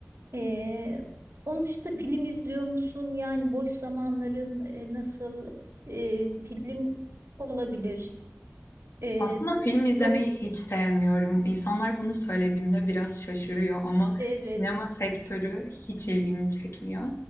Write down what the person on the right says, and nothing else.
Ee, onun dışında film izliyor musun? Yani boş zamanların e, nasıl e, film olabilir? Ee,
do-
evet.